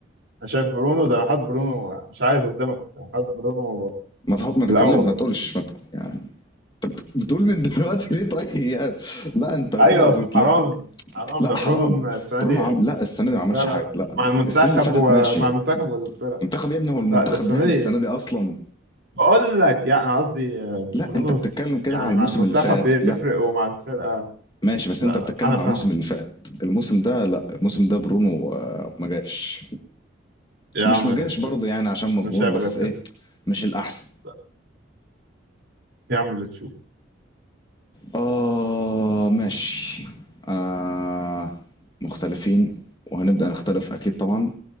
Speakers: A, on the right; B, on the left.
A: انا شايف برونو ده انا حاطط برونو مش عايز قدامك انا حاطط برونو
B: ما تحط ما
A: الاول
B: تتكلم ما تقولش ما ت... يعني انت بت- بتقول من <laughs> دلوقتي ليه طيب يعني لا انت كده
A: ايوه
B: عبيط
A: حرام
B: لا
A: حرام
B: لا
A: ده برونو
B: حرام
A: السنه
B: برونو
A: دي لا
B: عم لا السنه دي ما عملش
A: لا لا
B: حاجه لا
A: مع المنتخب
B: السنين اللي فاتت
A: ومع
B: ماشي
A: المنتخب والفرق
B: منتخب يا ابني هو المنتخب
A: لا ده السنه
B: لعب
A: دي
B: السنه دي اصلا
A: بقول لك يعني قصدي آه،
B: لا
A: برونو
B: انت بتتكلم كده
A: يعني
B: على
A: مع
B: الموسم
A: المنتخب
B: اللي فات
A: بيفرق
B: لا
A: ومع الفرقه
B: ماشي بس
A: لا
B: انت بتتكلم
A: لا انا فاهم
B: على الموسم اللي فات الموسم ده لا الموسم ده برونو آه، ما جاش
A: يا
B: مش
A: عم
B: ما
A: اللي
B: جاش
A: تشوف
B: برضه يعني عشان مظلوموش
A: مش شايف
B: بس
A: غير كده
B: ايه مش الاحسن
A: لا، يا عم اللي تشوف
B: اه ماشي آه مختلفين وهنبدأ نختلف اكيد طبعا